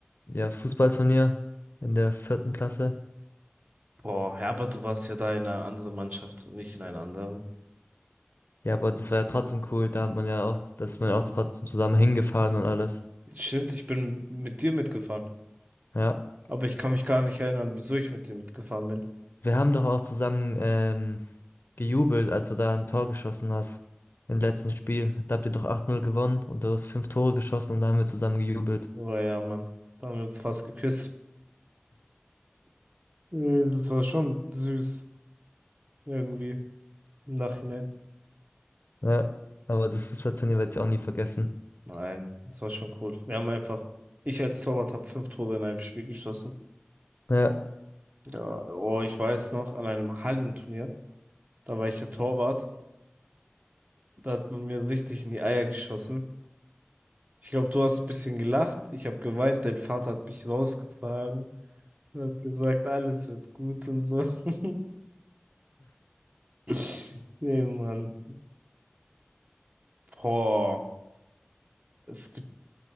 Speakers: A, on the left; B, on the right.
A: Ja, Fußballturnier in der vierten Klasse.
B: Boah, ja, aber du warst ja da in einer anderen Mannschaft und nicht in einer anderen.
A: Ja, aber das war ja trotzdem cool. Da hat man ja auch, da ist man ja auch trotzdem zusammen hingefahren und alles.
B: Stimmt, ich bin mit dir mitgefahren.
A: Ja.
B: Aber ich kann mich gar nicht erinnern, wieso ich mit dem mitgefahren bin.
A: Wir haben doch auch zusammen ähm, gejubelt, als du da ein Tor geschossen hast. Im letzten Spiel. Da habt ihr doch acht null gewonnen und du hast fünf Tore geschossen und da haben wir zusammen gejubelt.
B: Aber ja, Mann, da haben wir uns fast geküsst. Äh, Das war schon süß, irgendwie, im Nachhinein.
A: Ja, aber das Fußballturnier werde ich auch nie vergessen.
B: Nein, das war schon cool. Wir haben einfach, ich als Torwart habe fünf Tore in einem Spiel geschossen.
A: Ja,
B: Ja, oh, ich weiß noch, an einem Hallenturnier, da war ich ja Torwart, da hat man mir richtig in die Eier geschossen. Ich glaube, du hast ein bisschen gelacht, ich habe geweint, dein Vater hat mich rausgetragen und hat gesagt, alles wird gut und so. <laughs> <laughs> Nee, Mann. Boah. Es gibt,